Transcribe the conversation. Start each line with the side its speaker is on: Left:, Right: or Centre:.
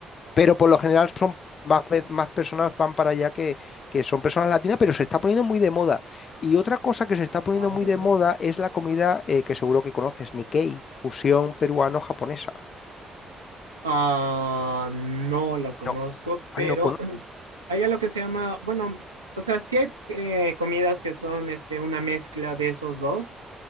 Left: pero por lo general son más, ve- más personas van para allá que, que son personas latinas, pero se está poniendo muy de moda. Y otra cosa que se está poniendo
Right: ah,
Left: muy
Right: ¿verdad?
Left: de moda es la comida eh, que seguro que conoces, Nikkei, fusión peruano-japonesa.
Right: Ah, no la conozco,
Left: No, ah,
Right: pero
Left: no
Right: <clears throat> hay algo que se llama, bueno, o sea, sí hay eh, comidas que son este, una mezcla de esos dos,